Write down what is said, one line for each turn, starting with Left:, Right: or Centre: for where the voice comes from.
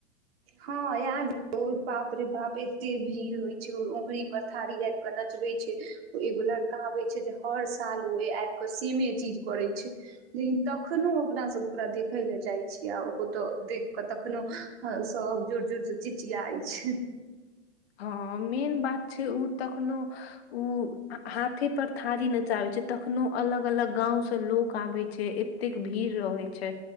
Right: हँ याद बाप रे बाप एते भीड़ होइ छै ओ अंगुरी पर थारी आब क नचबे छै ओ एगो लड़का आबै छै जे हर साल ओ आबि क सेमे चीज करै छै लेकिन तखनो अपना सब ओकरा देखय ल जाइ छीयै आ कतो देख कऽ तखनो सब जोर जोरसँ चिचियाइ छै
Left: हँ मेन बात छै ओ तखनो ओ हाथे पर थारी नचाबै छै तखनो अलग अलग गाँवसे लोक आबै छै एतेक भीड़ रहैत छै